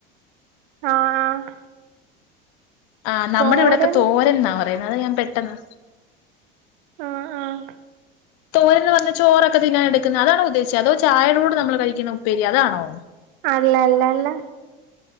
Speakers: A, on the right (about 65°); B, on the left (about 55°).
A: ആഹ് ആഹ്
B: ആഹ് നമ്മടെ
A: തോരൻ
B: ഇവിടെക്കെ തോരൻന്നാ പറയാ അതാ ഞാൻ പെട്ടെന്ന്
A: ആഹ് ആഹ്
B: തോരൻന്ന് പറഞ്ഞ് ചോറൊക്കെ തിന്നാനെടുക്കുന്ന അതാണോ ഉദ്ദേശിച്ചേ അതോ ചായേരൂട നമ്മള് കഴിക്കുന്ന ഉപ്പേരി അതാണോ
A: അല്ല അല്ല അല്ല